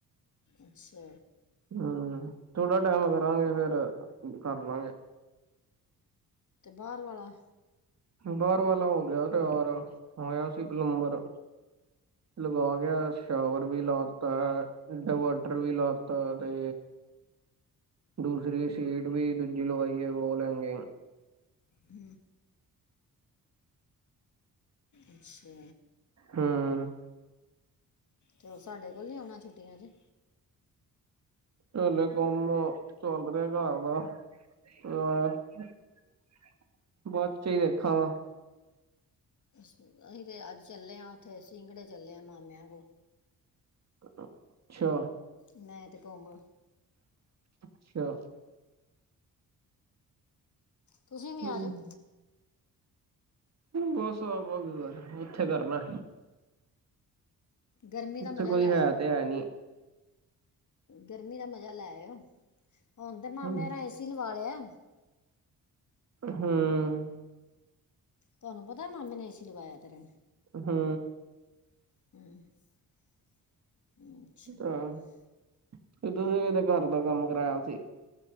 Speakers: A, on the left; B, on the right.
A: ਅੱਛਾ
B: ਹਮ ਥੋੜਾ ਟਾਈਮ ਕਰਾਂਗੇ ਫੇਰ ਕਰਲਾਗੇ।
A: ਬਾਰ ਵਾਲਾ।
B: ਬਾਹਰ ਵਾਲਾ ਹੋ ਗਿਆ ਤਿਆਰ। ਹੋਇਆ ਸੀ ਪਲੰਬਰ ਲਗਾ ਗਿਆ ਸ਼ਾਵਰ ਵੀ ਲਾਤਾ ਇੰਟਰਵਟਰ ਵੀ ਲਾਤਾ ਤੇ ਦੂਸਰੀ ਸੀਟ ਵੀ ਦੂਜੀ ਲਵਾਈ ਏ ਵਾਲ ਹੈਂਗਿੰਗ।
A: ਹ ਅੱਛਾ
B: ਹਾਂ
A: ਚਲੋ ਸਾਡੇ ਕੋਲ ਨੀ ਆਉਣਾ ਛੁੱਟੀਆਂ ਚ।
B: ਹਲੇ ਕੰਮ ਚੱਲ ਰਿਹਾ ਘਰ ਦਾ <unintelligible> ਬਾਅਦ ਚ ਹੀ ਦੇਖਾਂਗਾ।
A: ਅਸੀਂ ਤੇ ਅੱਜ ਚੱਲੇ ਆ ਉੱਥੇ ਸਿੰਗੜੇ ਚੱਲੇ ਆ ਮਾਮਿਆਂ ਕੋਲ।
B: ਅੱਛਾ।
A: ਮੈਂ ਤੇ ਕੌਮ
B: ਅੱਛਾ।
A: ਤੁਸੀਂ ਵੀ
B: ਹਮ
A: ਆ ਜਾਓ।
B: ਬਸ ਆਵਾਂਗੇ ਓਥੇ ਕਰਨਾ।
A: ਗਰਮੀ
B: ਉੱਥੇ
A: ਦਾ ਮਜ਼ਾ
B: ਕੋਈ
A: ਲੈ
B: ਹੈ
A: ਆਇਓ
B: ਤੇ ਹੈ ਨੀ।
A: ਗਰਮੀ ਦਾ ਮਜਾ ਲੈਓ ਹੁਣ ਤੇ ਮਾਮਿਆ
B: ਹਮ
A: ਏਸੀ ਲਵਾ ਲਿਆ।
B: ਹਮ।
A: ਤੁਹਾਨੂੰ ਪਤਾ ਮਾਮੇ ਨੇ ਏਸੀ ਲਵਾਇਆ ਤੇਰੇ।
B: ਹਮ।
A: <unintelligible>
B: ਤਾਂ ਤੁਸੀਂ ਸੀ ਵੀ ਘਰ ਦਾ ਕੰਮ ਕਰਾਇਆ ਸੀ।